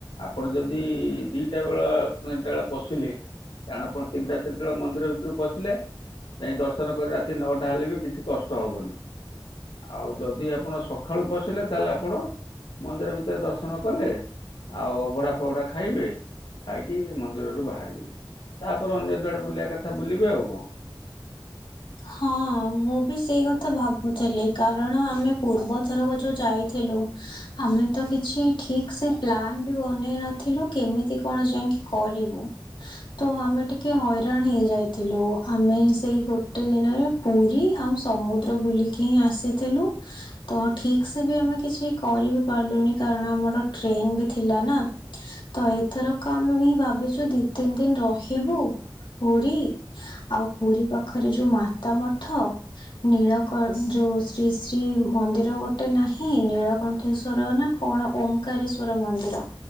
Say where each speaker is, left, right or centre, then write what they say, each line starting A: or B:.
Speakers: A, on the left (about 85°); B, on the left (about 70°).
A: ଆପଣ ଯଦି ଦିଟା ବେଳ ତିନିଟା ବେଳେ ପଶିଲେ କାରଣ ଆପଣ ତିନିଟା ଚାର୍ଟା ବେଳେ ମନ୍ଦିର ଭିତର୍କୁ ପଶିଲେ କାଇହି ଦର୍ଶନ କରି ରାତି ନଅଟା ହେଲେ ବି କିଛି କଷ୍ଟ ହବନି ଆଉ ଯଦି ଆପଣ ସକାଳୁ ପଶିଲେ ତାହେଲେ ଆପଣ ମନ୍ଦିର ଭିତରେ ଦର୍ଶନ କଲେ ଆଉ ଅଭଢଡା ଫବୁଡା ଖାଇବେ, ଖାଇକି ମନ୍ଦି ମିରୁ ବାହାରିବେ ତାପରେ ଅନ୍ୟ ଦୁଆଡେ ବୁଲିବା କଥା ବୁଲିବେ ଆଉ କଣ?
B: ହଁ ମୁଁ ବି ସେଇ କଥା ଭାବୁଥିଲି, କାରଣ ଆମେ ପୂର୍ବଥରକୁ ଯୋଉ ଯାଇଥିଲୁ ଆମେ ତ କିଛି ଠିକ ସେ ପ୍ଲାନ୍ ବି ବନେଇ ନଥିଲୁ କେମତି କଣ ଯାଇକି କରିବୁ ତ ଆମେ ଟିକେ ହଇରାଣ ହେଇଯାଇଥିଲୁ, ଆମେ ସେଇ ଗୋ ଟେ ଦିନରେ ପୁରୀ ଆଉ ସମୁଦ୍ର ବୁଲିକି ହିଁ ଆସିଥିଲୁ, ତ ଠିକ ସେ ବି ଆମେ ଆମେ କିଛି କରି ବିି ପାରିଲୁନି କାରଣ ଆମର ଟ୍ରେନ ବି ଥିଲା ନା ତ ଏଥରକ ଆମେ ବି ହିଁ ଭାବିଛୁ ଦି ତିନି ଦିନ ରହିବୁ ପୁରୀ ଆଉ ପୁରୀ ପାକ୍ ପାଖରେ ଯୋଉ ମାତା ମଠ, ନୀଳକ ଯୋଉ ଶ୍ରୀ ଶ୍ରୀ ମନ୍ଦିର ଗୋଟେ ନା ହିଁ ନୀଳକଣ୍ଠେଶ୍ଵର ନା କଣ ଓମକାରେଶ୍ଵର ମନ୍ଦିର